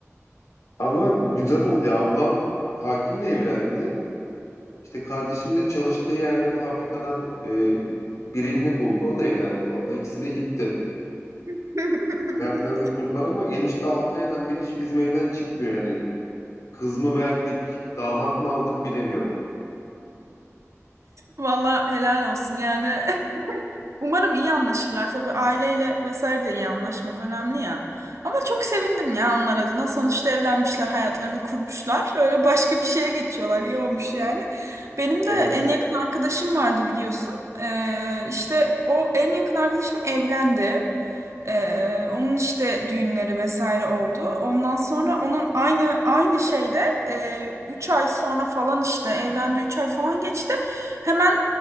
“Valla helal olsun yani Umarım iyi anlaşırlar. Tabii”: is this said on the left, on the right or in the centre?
Right